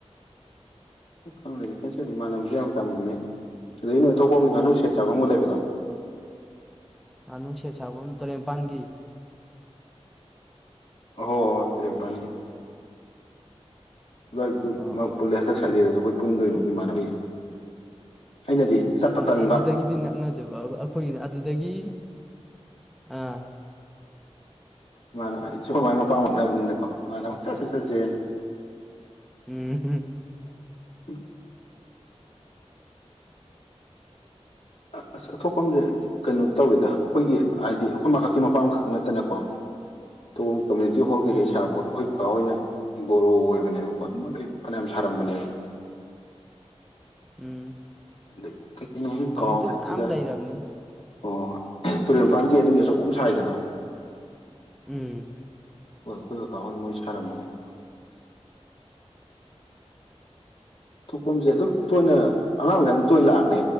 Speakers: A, on the left; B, in the centre.
A: ꯩꯅꯣꯅꯦ ꯐꯦꯟꯁꯔꯗꯤ ꯃꯥꯟꯅꯕꯁꯨ ꯌꯥꯝ ꯇꯝꯃꯝꯃꯦ ꯑꯗꯒꯤ ꯅꯣꯏꯊꯣꯛ ꯍꯣꯡꯒꯤ ꯉꯥꯅꯨ ꯁꯦꯠ ꯆꯥꯐꯝꯒ ꯂꯩꯕꯗꯣ
B: ꯉꯥꯅꯅꯨꯡ ꯁꯦꯠ ꯁꯥꯐꯝ ꯇꯔꯦꯅꯤꯄꯥꯥꯟꯒꯤ
A: ꯑꯣ ꯍꯣꯏ ꯇ꯭ꯔꯔꯤꯝꯄꯥꯟꯒꯤ ꯑꯗꯨꯋꯥꯏꯗꯁꯨ
B: ꯑꯥ ꯑꯥ
A: ꯄꯨꯜꯂꯦ ꯍꯟꯗꯛ ꯁꯟꯗꯦꯗꯁꯨ ꯑꯩꯈꯣꯏ ꯄꯨꯟꯗꯣꯏꯅꯣ ꯑꯩꯈ ꯏꯃꯥꯟꯅꯕꯩꯒ ꯑꯩꯅꯗꯤ ꯆꯠꯄ
B: ꯎꯝ
A: ꯇꯟꯕ
B: ꯑꯗꯨꯗꯒꯤꯗꯤ ꯅꯛꯅꯗꯣꯏꯕ ꯑꯩꯈꯣꯏꯒꯤꯅ ꯑꯗꯨꯗꯒꯤ ꯑꯥ
A: ꯏꯃꯥꯅ ꯑꯩ ꯁꯒꯨꯝꯕꯥꯏꯒꯤ ꯃꯄꯄꯥ ꯃꯛꯅꯕꯅꯤꯅꯀꯣ ꯏꯃꯥꯅ ꯑꯃꯛ ꯆꯠꯁꯦ ꯆꯠꯁꯦꯅ
B: ꯎꯝ
A: ꯎ ꯑ ꯑꯁ ꯊꯣꯛꯐꯝꯁꯦ ꯀꯩꯅꯣ ꯇꯧꯋꯦꯗ ꯑꯩꯈꯣꯏꯒꯤ ꯍꯥꯏꯗꯤ ꯑꯩꯈꯣꯏ ꯃꯈꯛꯀꯤ ꯃꯄꯥ ꯑꯃꯈꯛ ꯅꯠꯇꯅꯀꯣ ꯇ ꯀꯃꯨꯅꯤꯇꯤ ꯍꯣ ꯀꯩ
B: ꯎꯝ
A: ꯁꯥꯕ ꯀꯥ ꯍꯣꯏꯅ ꯕꯣꯔꯣ ꯑꯣꯏꯕꯅꯦꯕꯀꯣ ꯑꯗꯨ ꯃꯣꯏꯅ ꯂꯣꯏ ꯐꯅꯌꯥꯝ ꯁꯥꯔꯝꯕꯅꯦꯕ
B: ꯎꯝ
A: ꯑꯗꯒꯤ ꯀꯩ
B: ꯀꯃꯤꯇꯤ
A: ꯀꯥꯎꯔꯦ
B: ꯃꯌꯥꯝ
A: ꯊꯤꯒ
B: ꯂꯩꯔꯕꯅꯤ
A: ꯑꯣ ꯇꯨꯔꯦꯜ ꯏꯐꯥꯟꯒꯤ ꯑꯗꯨꯒꯤ ꯑꯆꯧꯕ ꯑꯃ ꯁꯥꯏꯗꯅ
B: ꯎꯝ
A: ꯍꯣꯏ ꯑꯩꯈꯣꯏ ꯀꯀꯥꯍꯣꯏ ꯃꯣꯏ ꯁꯥꯔꯝꯕꯅꯦꯕ ꯊꯣꯛꯐꯝꯁꯦ ꯑꯗꯨꯝ ꯇꯣꯏꯅ ꯑꯉꯥꯡ ꯃꯈꯩ ꯑꯗꯨꯝ ꯇꯣꯏꯅ ꯂꯥꯛꯑꯝꯃꯦ